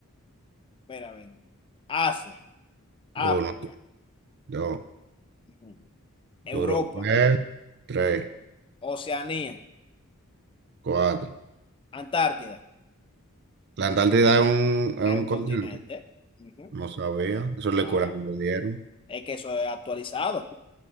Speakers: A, on the left; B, on the right.
A: Espera, a ver. Asia, África,
B: Uno, dos,
A: ujú. Europa,
B: Europa, es tres,
A: Oceanía,
B: cuatro.
A: Antártida.
B: ¿La Antártida es un, es
A: Es
B: un
A: un
B: continente?
A: continente. Ujú.
B: No sabía. Eso le
A: Ah,
B: cura que me dieron.
A: es que eso es actualizado.